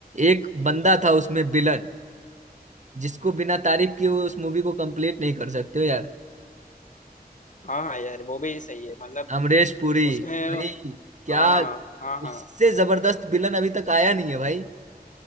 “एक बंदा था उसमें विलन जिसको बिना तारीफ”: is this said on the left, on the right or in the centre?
Right